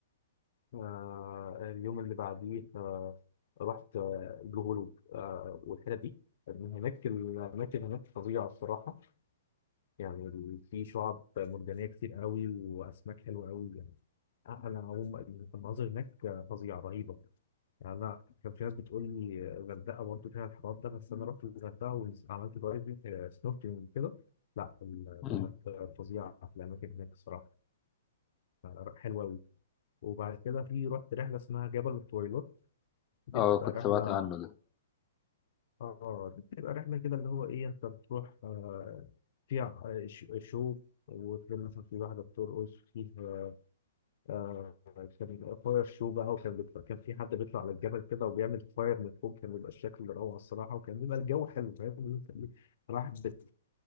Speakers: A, on the left (about 60°); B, on the left (about 25°).
A: آه اليوم اللي بعديه آه رحت آه، البلو هول آه والحتت دي من هناك الاماكن هناك فظيعه الصراحه يعني ال- في شعاب مرجانيه كتير قوي واسماك حلوه قوي يعني انا هم المناظر هناك فظيعه رهيبه يعني انا كان في ناس بتقول لي الغردقه برضه فيها الحوار ده بس انا رحت الغردقه وعملت دايفنج سنوركلينج وكده لا الدهب
B: مم.
A: فظيعه في الاماكن هناك الصراحه آه، حلوه قوي وبعد كده في رحت رحله اسمها جبل الطويلات دي
B: اه
A: بتبقى
B: كنت
A: رحله
B: سمعت عنه ده
A: اه دي بتبقى رحله كده اللي هو ايه انت بتروح آه، فيها آه، ش- شو وتلاقي مثلا في واحده بترقص فيه آه كان فاير شو بقى وكان بيطلع كان في حد بيطلع على الجبل كده وبيعمل فاير من فوق كان بيبقى الشكل روعة الصراحة وكان بيبقى الجو حلو فاهم إن إنت إيه، رايح بت...